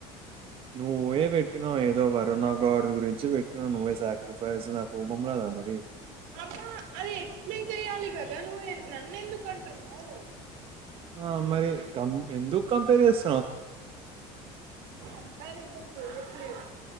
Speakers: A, on the right (about 40°); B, on the right (about 75°).
A: నువ్వే పెట్టినావు ఏదో వరుణ గాడిది గురించి పెట్టినావు నువ్వే సాక్రిఫైస్ నా కోపం రాదా మరి
B: అబ్బా అది ఎక్స్ప్లెయిన్ చెయ్యాలి కదా నువ్వు, నన్ను ఎందుకు అంటున్నావు.
A: ఆ మరి కం ఎందుకు కంపేర్ చేస్
B: కంపారిజన్ చేయ ట్లేదు